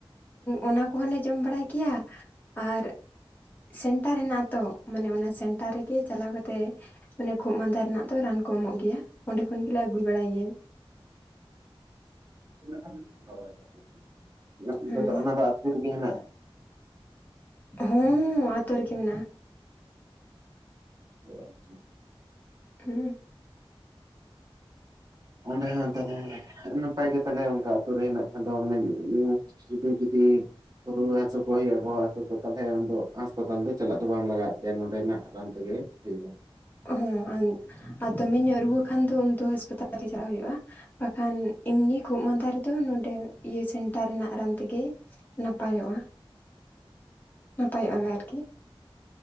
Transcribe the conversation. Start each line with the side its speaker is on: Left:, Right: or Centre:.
Left: ᱚᱱᱟ ᱠᱚᱦᱚᱸ ᱞᱮ ᱡᱚᱢ ᱵᱟᱲᱟᱭ ᱜᱮᱭᱟ ᱟᱨ ᱥᱮᱱᱴᱟᱨ ᱦᱮᱱᱟᱜ-ᱟ ᱛᱚ ᱢᱟᱱᱮ ᱚᱱᱟ ᱥᱮᱱᱴᱟᱨ ᱨᱮᱜᱮ ᱪᱟᱞᱟᱣ ᱠᱟᱛᱮᱜ ᱢᱟᱱᱮ ᱠᱷᱩᱜ ᱢᱟᱸᱫᱟ ᱨᱮᱱᱟᱜ ᱫᱚ ᱨᱟᱱ ᱠᱚ ᱮᱢᱚᱜ ᱜᱮᱭᱟ ᱚᱸᱰᱮ ᱠᱷᱚᱱ ᱜᱮᱞᱮ ᱟᱹᱜᱩᱭ ᱵᱟᱲᱟᱭ ᱜᱮᱭᱟ
Right: <unintelligible>
Left: ᱦᱮᱸ
Right: ᱚᱱᱟ ᱫᱚ ᱟᱛ ᱨᱮᱜᱮ ᱦᱮᱱᱟᱜᱼᱟ
Left: ᱦᱚᱸ ᱟᱛᱳ ᱨᱮᱜᱮ ᱢᱮᱱᱟᱜᱼᱟ
Right: ᱚ ᱟᱪᱪᱷᱟ
Left: ᱦᱩ
Right: ᱚᱸᱰᱮ ᱦᱚᱸ ᱛᱟᱦᱞᱮ ᱱᱟᱯᱟᱭ ᱜᱮ ᱛᱟᱦᱞᱮ ᱚᱱᱠᱟ ᱟᱛᱩᱨ ᱨᱮ ᱦᱮᱱᱟᱜ ᱠᱷᱟᱱ ᱫᱚ ᱢᱟᱱᱮ ᱤᱭᱟ ᱥᱩᱫᱩ ᱡᱩᱫᱤ ᱨᱩᱣᱟᱹ ᱦᱟᱹᱥᱩ ᱠᱚ ᱦᱩᱭᱩᱜᱼᱟ ᱵᱚᱦᱚᱜ ᱦᱟᱹᱥᱩ ᱠᱚ ᱛᱟᱦᱚᱞᱮ ᱟᱫᱚ ᱦᱟᱸᱟᱥᱯᱟᱛᱟᱞ ᱫᱚ ᱪᱟᱞᱟᱜ ᱫᱚ ᱵᱟᱝ ᱞᱟᱜᱟᱣᱮᱫ ᱯᱮᱭᱟ ᱱᱚᱸᱰᱮ ᱱᱟᱜ ᱨᱟᱱ ᱛᱮ ᱜᱮ <unintelligible>
Left: ᱚ ᱦᱚᱸ ᱟᱨ ᱫᱚᱢᱮ ᱧᱚᱜ ᱨᱩᱣᱟᱹ ᱠᱷᱟᱱ ᱫᱚ ᱩᱱ ᱫᱚ ᱦᱟᱸᱟᱥᱯᱟᱛᱟᱞ ᱜᱮ ᱪᱟᱞᱟᱜ ᱦᱩᱭᱩᱜᱼᱟ ᱵᱟᱠᱷᱟᱱ ᱮᱢᱱᱤ ᱠᱷᱩᱜ ᱢᱟᱸᱫᱟ ᱨᱮᱫᱚ ᱱᱚᱰᱮ ᱤᱭᱟᱹ ᱥᱮᱱᱴᱟᱨ ᱨᱮᱱᱟᱜ ᱨᱟᱱ ᱛᱮᱜᱮ ᱱᱟᱯᱟᱭᱚᱜᱼᱟ ᱱᱟᱯᱟᱭᱚᱜᱼᱟ ᱞᱮ ᱟᱨᱠᱤ